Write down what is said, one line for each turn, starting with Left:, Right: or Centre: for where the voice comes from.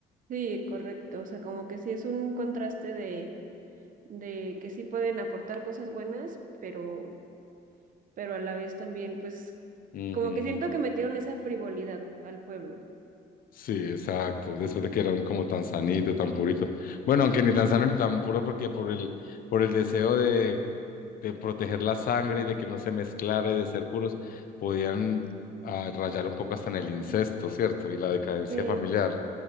Right: Sí, correcto, o sea, como que sí es un contraste de, de que sí pueden aportar cosas buenas, pero, pero a la vez también, pues,
Left: Ujú.
Right: como que siento que metieron esa frivolidad al pueblo.
Left: Sí, exacto. Después de que eran como tan sanito, tan purito. Bueno, aunque ni tan
Right: Ujú.
Left: sano ni tan puro, porque por el, por el deseo de, de proteger la sangre y de que no se mezclara y de ser puros, podían ah, rayar un poco hasta en el incesto, ¿cierto? Y la decadencia
Right: Sí.
Left: familiar.